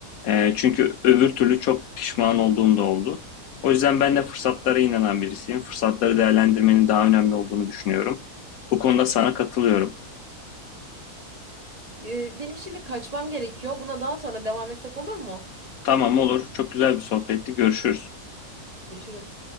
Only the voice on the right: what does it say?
E, benim şimdi kaçmam gerekiyor. Buna daha sonra devam etsek olur mu?
Görüşürüz.